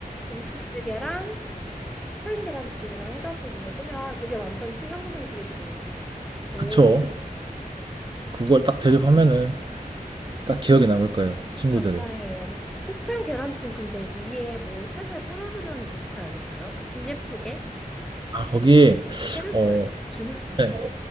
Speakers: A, in the centre; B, on the right.
A: 김치찌개랑 산 계란찜이랑 해가지고 먹으면 그게 완전 찐 한국 음식이지 뭐. 오,
B: 그쵸? 그걸 딱 대접하면은 딱 기억에 남을 거예요 친구들이.
A: 감사해요. 폭탄 계란찜 근데 위에 뭐 살살 뿌려주면 좋지 않을까요? 좀 예쁘게?
B: 아 거기에
A: 깨를
B: 어
A: 뿌리나? 김을 뿌리나?
B: 네,